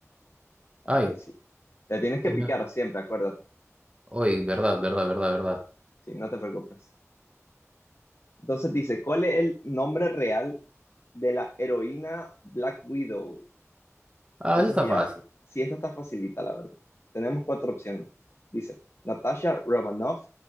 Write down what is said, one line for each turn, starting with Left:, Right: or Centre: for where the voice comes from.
Left: Ok,
Right: Ay,
Left: sí. Te tienes que
Right: hoy,
Left: picar
Right: no-
Left: siempre, acuérdate,
Right: hoy, verdad, verdad, verdad, verdad.
Left: sí, no te preocupes. Entonces dice, ¿cuál es el nombre real de la heroína Black Widow?
Right: Ah,
Left: Entonces,
Right: eso está
Left: mira,
Right: fácil.
Left: sí, esta está facilita, la verdad. Tenemos cuatro opciones. Dice, Natasha Romanoff,